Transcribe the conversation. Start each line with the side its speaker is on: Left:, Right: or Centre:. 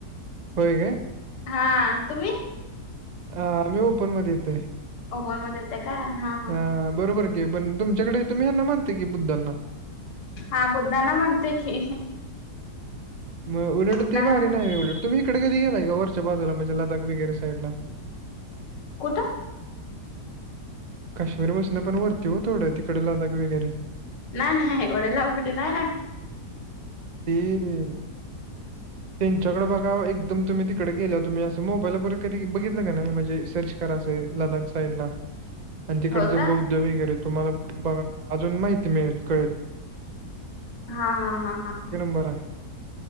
Right: होय काय?
Left: हा, तुम्ही?
Right: अ... मी ओपनमध्ये येतोय.
Left: ओपनमध्ये येता काय, हां,
Right: अं,
Left: हा.
Right: बरोबर की, पण तुमच्याकडे तुम्ही यांना मानता की बुद्धांना.
Left: हा, बुद्धांना मानतोय की.
Right: मग
Left: बुद्धांना
Right: उलट ते भारी
Left: वगैरे
Right: नाही, उलट तुम्ही इकडं कधी गेलाय का? वरच्या बाजूला म्हणजे लदाख वगैरे साईडला.
Left: कुठं?
Right: कश्मीरपसन पण वरती ओ, थोडं तिकडं लदाख वगैरे.
Left: नाही नाही, एवढे लांब कुठे, नाही नाही.
Right: ह्म्म्म्म्म्म त्यांच्याकडे बघाव, एकदम तुम्ही तिकडे गेल्याव, तुम्ही असं मोबाईल वगैरे कधी बघितलं का नाही, म्हणजे सर्च करासे लदाख साईडला. आणि तिकडे
Left: हो
Right: जो
Left: का
Right: बौद्ध वगैरे, तुम्हाला प अजून माहिती मिळेल, कळेल.
Left: हा हा हा हा हा.
Right: बराय.